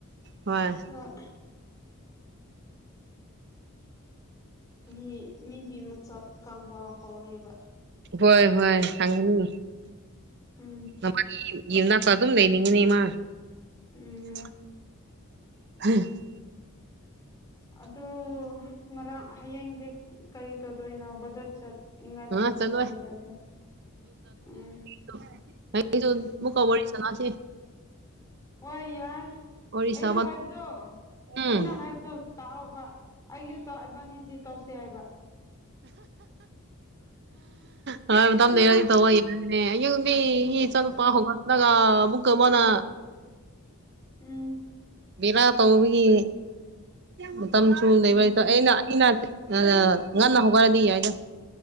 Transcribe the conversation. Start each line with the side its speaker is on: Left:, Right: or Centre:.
Right: ꯍꯣꯏ
Left: <unintelligible> ꯃꯤ ꯃꯤꯒꯤ ꯃꯆꯥꯛ ꯈꯪꯕꯥ ꯍꯧꯔꯦꯕ
Right: ꯍꯣꯏ ꯍꯣꯏ ꯈꯪꯒꯅꯤ
Left: ꯎꯝ
Right: ꯅꯕꯥꯅꯤ ꯌꯨꯝꯅꯥꯛꯇ ꯑꯗꯨꯝ ꯂꯩꯅꯤꯡꯉꯅꯤ ꯃꯥ
Left: ꯎꯝ
Right: <unintelligible>
Left: ꯑꯗꯨ ꯉꯔꯥꯡ ꯍꯌꯦꯡꯗꯤ ꯀꯔꯤ ꯇꯧꯗꯣꯏꯅꯣ ꯕꯖꯔ ꯆꯠ ꯅꯤꯡꯉꯥꯏ ꯂꯩꯕ꯭ꯔꯣ
Right: ꯑ ꯆꯠꯂꯣꯏ
Left: ꯂꯩꯇꯕ꯭ꯔꯣ ꯎꯝ
Right: <unintelligible> ꯃꯨꯛꯀ ꯋꯥꯔꯤ ꯁꯅꯥꯁꯤ
Left: ꯍꯣꯏ ꯌꯥꯏ
Right: ꯋꯥꯔꯤ
Left: ꯑꯩꯅ
Right: ꯁꯥꯕ
Left: ꯍꯥꯏꯕꯗꯣ
Right: ꯎꯝ
Left: ꯑꯩꯅ ꯍꯥꯏꯕꯗꯨ ꯇꯥꯎꯑꯣꯕ ꯑꯩꯖꯨ ꯇꯧ ꯏꯕꯅꯤꯗꯤ ꯇꯧꯁꯦ ꯍꯥꯏꯕ
Right: ꯍꯣꯏ ꯃꯇꯝ
Left: ꯎꯝ
Right: ꯂꯩꯔꯗꯤ ꯇꯧꯋꯣꯌꯦ ꯑꯦ ꯑꯌꯨꯛꯇꯤ
Left: ꯎꯝ
Right: <unintelligible> ꯆꯠꯄ ꯍꯧꯒꯠꯂꯒ ꯑꯃꯨꯛꯀ ꯃꯅꯥ
Left: ꯎꯝ
Right: ꯕꯦꯔꯥ ꯇꯧꯕꯒꯤ ꯃꯇꯝꯁꯨ
Left: ꯎꯝ
Right: ꯂꯩꯔꯣꯢꯗ ꯑꯩꯅ ꯑꯩꯅ <unintelligible> ꯉꯟꯅ ꯍꯧꯒꯠꯔꯗꯤ ꯌꯥꯏꯗ